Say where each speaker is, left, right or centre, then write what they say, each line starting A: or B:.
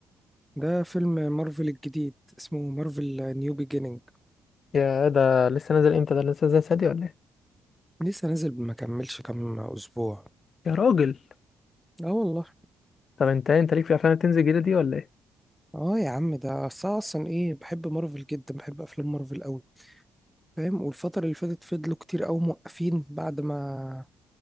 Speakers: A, in the centre; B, on the left (about 45°).
A: ده فيلم مارفل الجديد اسمه مارفل نيو بيجينينج
B: يا ده لسه نازل امتى ده لسه نازل سادي ولا ايه
A: لسه نازل ما كملش كام اسبوع
B: يا راجل
A: اه والله
B: طب انت إيه؟ انت ليك في الافلام اللي بتنزل جديده دي ولا ايه
A: اه يا عم ده أصل أنا اصلا ايه بحب مارفل جدا بحب افلام مارفل قوي فاهم والفتره اللي فاتت فضلوا كتير قوي موقفين بعد ما